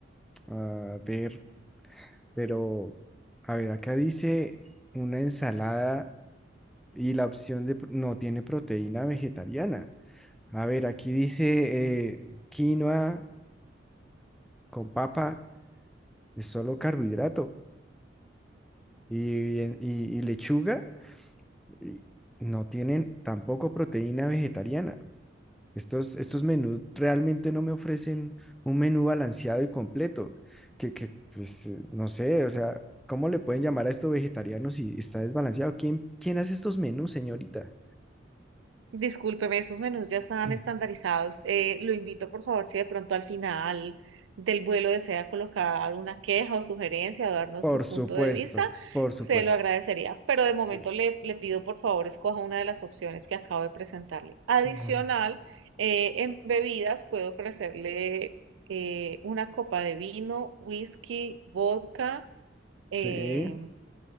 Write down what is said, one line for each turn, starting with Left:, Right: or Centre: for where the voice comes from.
Centre: A ver, pero, a ver, acá dice una ensalada Y la opción de, pr- no tiene proteína vegetariana. A ver, aquí dice eh, quinoa con papa, es solo carbohidrato. Y, y- y lechuga y no tienen tampoco proteína vegetariana. Estos, estos menús realmente no me ofrecen un menú balanceado y completo. Que, que, pues, eh, no sé, o sea, ¿cómo le pueden llamar a esto vegetariano si está desbalanceado? ¿Quién, quién hace estos menús, señorita?
Right: Discúlpeme, esos menús ya están
Centre: <clears throat>
Right: estandarizados. Eh, lo invito, por favor, si de pronto al final del vuelo desea colocar una queja o sugerencia o darnos
Centre: Por
Right: su punto
Centre: supuesto,
Right: de vista,
Centre: por
Right: se
Centre: supuesto.
Right: lo agradecería. Pero de momento
Centre: Sí.
Right: le, le pido, por favor, escoja una de las opciones que acabo de presentarle. Adicional,
Centre: Mm,
Right: eh, en bebidas puedo ofrecerle eh, una copa de vino, whisky, vodka eh,
Centre: Sí,